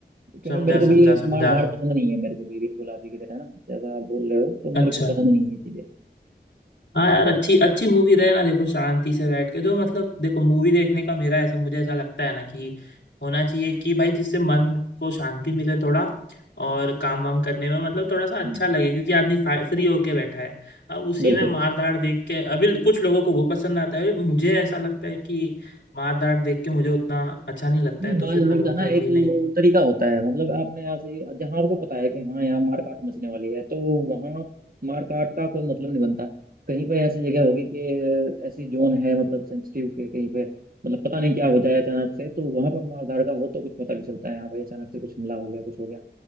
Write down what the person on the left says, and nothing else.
समझा
समझा
समझा
अच्छा
हाँ यार अच्छी अच्छी मूवी रहे ना देखो शांति से बैठ के जो मतलब देखो मूवी देखने का मेरा ऐसा मुझे ऐसा लगता है ना कि होना चाहिए कि भाई जिससे मन को शांति मिले थोड़ा और काम वाम करने में मतलब थोड़ा सा अच्छा
लगे क्योंकि आदमी फ्री होके बैठा है अब उसी
में मार धाड़ देख के अभी कुछ लोगों को वो पसंद आता है मुझे ऐसा लगता है कि मार धाड़ देख के मुझे उतना अच्छा नहीं लगता
है तो
फिर
मैं बोलता
हूँ कि
नहीं